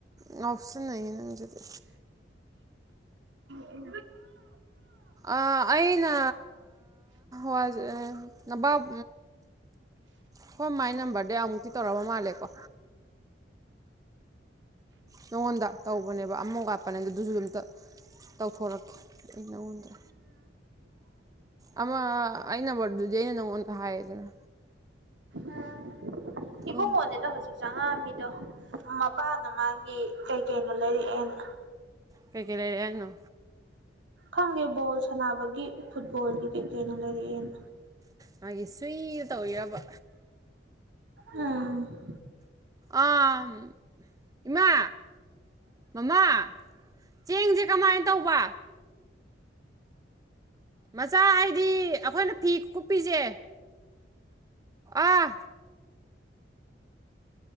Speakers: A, on the right; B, on the right.
A: ꯉꯥꯎꯁꯤꯟ ꯅꯩꯌꯦ ꯅꯪꯖꯤꯗꯤ
B: ꯎꯝ
A: ꯑꯥ ꯑꯩꯅ ꯋꯥꯁꯦ ꯅꯕꯥꯞ ꯈꯣꯏ ꯃꯥꯏ ꯅꯝꯕꯔꯗꯩꯩ ꯑꯃꯨꯛꯇꯤ ꯇꯧꯔꯛꯑꯥꯕ ꯃꯥꯜꯂꯦꯀꯣ ꯅꯉꯣꯟꯗ ꯇꯧꯕꯅꯦꯕ ꯑꯃ ꯋꯥꯠꯄꯅꯦ ꯑꯗꯨꯁꯨ ꯑꯝꯇ ꯇꯧꯊꯣꯔꯛꯀꯦ ꯑꯩ ꯅꯉꯣꯟꯗ ꯑꯃ ꯑꯩ ꯅꯝꯕꯔꯗꯨꯗꯤ ꯑꯩꯅꯥ ꯅꯥꯉꯣꯟꯗ ꯍꯥꯏꯌꯦꯗꯅ
B: ꯑꯥ ꯏꯕꯨꯡꯉꯣꯅꯤꯗ
A: ꯑꯣ
B: ꯍꯧꯖꯤꯛ ꯆꯪꯉꯛꯑꯝꯃꯤꯗꯣ ꯃꯄꯥꯅ ꯃꯥꯒꯤ ꯀꯩ ꯀꯩꯅꯣ ꯂꯩꯔꯛꯑꯦꯅ
A: ꯀꯩ ꯀꯩ ꯂꯩꯔꯛꯑꯦ ꯍꯥꯏꯅꯣ
B: ꯈꯪꯗꯦ ꯕꯣꯜ ꯁꯥꯟꯅꯕꯒꯤ ꯐꯨꯠꯕꯣꯜꯒꯤ ꯀꯩ ꯀꯩꯅꯣ ꯂꯩꯔꯛꯑꯦꯅ
A: ꯃꯥꯒꯤ ꯁꯨꯏ ꯗꯣ ꯇꯧꯔꯤꯔꯕ
B: ꯎꯝ
A: ꯑꯥꯑꯝ ꯏꯃꯥ ꯃꯃꯥ ꯆꯦꯡꯁꯦ ꯀꯃꯥꯏꯅ ꯇꯧꯕ ꯃꯆꯥ ꯍꯥꯏꯗꯤ ꯑꯈꯣꯏꯅ ꯐꯤ ꯀꯨꯞꯄꯤꯖꯦ ꯑꯥ